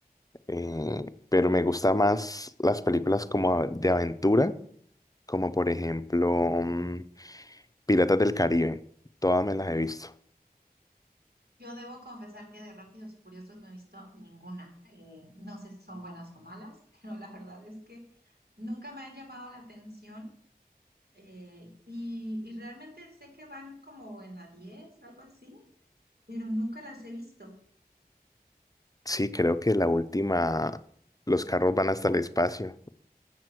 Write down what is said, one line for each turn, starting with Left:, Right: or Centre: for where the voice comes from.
Left: Eh, pero me gusta más las películas como de aventura, como por ejemplo mm, Piratas del Caribe. Todas me las he visto.
Right: Yo debo confesar que de Rápidos y Furiosos no he visto ninguna. Eh, no sé si son buenas o malas, <laughs> pero la verdad es que nunca me han llamado la atención. eh, y, y realmente sé que van como en la 10, algo así, pero nunca las he visto.
Left: Sí, creo que la última, los carros van hasta el espacio.